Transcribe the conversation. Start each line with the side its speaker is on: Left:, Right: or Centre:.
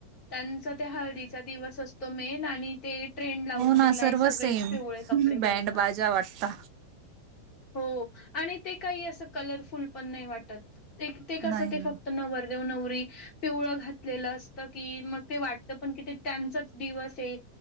Left: त्यांचा त्या हळदीचा दिवस असतो मेन आणि ते ट्रेंड लावून
Right: हो ना,
Left: दिलाय
Right: सर्व
Left: सगळेच
Right: सेम
Left: पिवळे कपडे घालता.
Right: बँड बाजा वाटता.
Left: हो. आणि ते काही असं कलरफुल पण नाही वाटत ते ते कसं
Right: नाही
Left: ते
Right: ना,
Left: फक्त नवर देव नवरी पिवळ घातलेलं असत की मग ते वाट त पण कि त्यांचाच दिवस आहे